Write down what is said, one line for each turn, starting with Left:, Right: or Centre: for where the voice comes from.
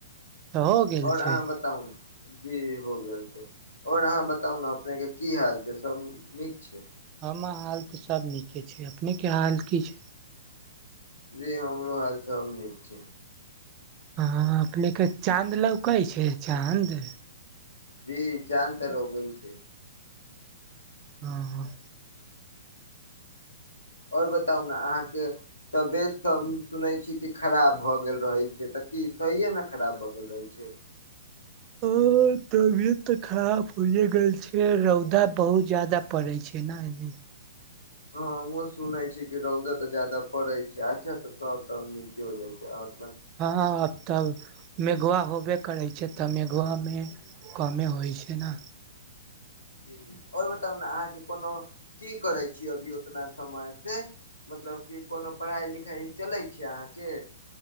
Right: तऽ हो गेल
Left: आओर अहाँ
Right: छै
Left: बताउ न जी हो गेल छै और अहाँ बताउ ने अपने के की हाल छै सब नीक छै
Right: हमर हाल तऽ सब नीके छै अपने के हाल की छै
Left: जी हमरो हाल सब नीक छै
Right: हँ अपने के चाँद लौकै छै चाँद
Left: जी चान तऽ लौकै छै
Right: हँ हँ
Left: आओर बताउ न अहाँके तबियत सब सुनैत छी कि खराब भऽ गेल रहैत छै तऽ की सहिये मे खराब भऽ गेल रहै छै
Right: ओ तबियत तऽ खराब होए गेल छै रौदा बहुत जादा पड़ै छै ने
Left: हँ हमहुँ सुनै छी कि रौदा तऽ जादा पड़ै छै अच्छा तऽ सभ तब नीके होइ छै अहाँ
Right: हँ आज कल मेघवा होबे करै छै तऽ मेघ गमे कमे होइ छै ने
Left: जी आओर बताउ ने अहाँके कोनो की करै छिये अभी ओतना समय से मतलब कि कोनो पढ़ाइ लिखाइ चलै छै अहाँके